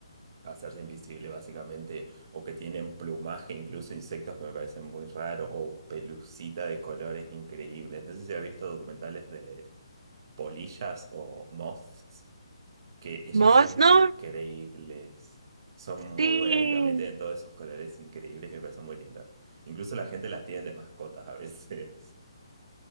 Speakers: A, on the right; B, on the right.
A: hacerse invisible, básicamente, o que tienen plumaje, incluso insectos que me parecen muy raros, o pelucita de colores increíbles. No sé si has visto documentales de polillas o moths que ellas
B: Mos,
A: son
B: no,
A: increíbles. Son muy
B: sí.
A: buenas y también tienen todos esos colores increíbles y me parecen muy lindas. Incluso la gente las tiene de mascotas a veces. <laughs>